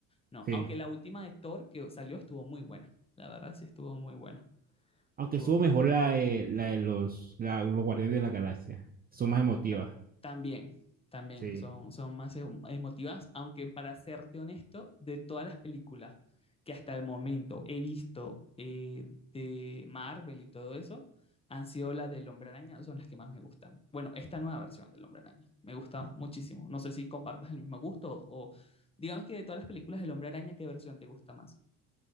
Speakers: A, on the left; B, on the right.
A: No,
B: Sí.
A: aunque la última de Thor que salió estuvo muy buena. La verdad sí estuvo muy buena.
B: Aunque
A: O-
B: estuvo mejor la de, la de los, la- los Guardianes de la Galaxia, estuvo más emotiva,
A: ta- También, también
B: sí.
A: son, son más em- emotivas, aunque para serte honesto, de todas las películas que hasta el momento he visto eh, de Marvel y todo eso, han sido las del Hombre Araña, son las que más me gustan. Bueno, esta nueva versión del Hombre Araña me gusta
B: sí.
A: muchísimo. No sé si compartas el mismo gusto o digamos que de todas las películas del Hombre Araña, ¿qué versión te gusta más?